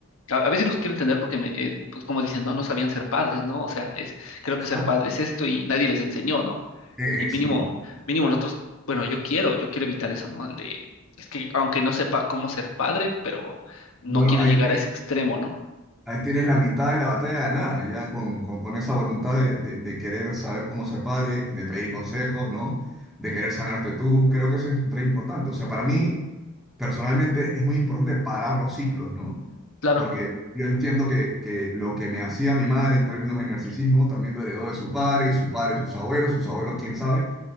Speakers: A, on the left (about 70°); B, in the centre.
A: a, a veces los quiero entender porque, me, eh, pues como dicen, no, no sabían ser padres, ¿no? O sea, es, creo
B: Exacto,
A: que ser padre es esto y nadie les enseñó, ¿no?
B: e-
A: Y
B: Eso
A: mínimo,
B: mismo.
A: mínimo nosotros, bueno, yo quiero, yo quiero evitar eso, ¿no? El de, es que aunque no sepa cómo ser padre, pero no
B: Bueno,
A: quiero
B: ahí
A: llegar
B: tienes,
A: a ese extremo, ¿no?
B: ahí tienes la mitad de la batalla ganada, ya con, con, con esa voluntad de, de- de querer saber cómo ser padre, de pedir consejos, ¿no? De querer sanarte tú. Creo que eso es re importante. O sea, para mí, personalmente, es muy importante parar los ciclos, ¿no?
A: Claro,
B: Porque yo entiendo que, que lo que me hacía mi madre en términos de narcisismo también lo heredó de su padre, y su padre, sus abuelos, sus abuelos, quién sabe.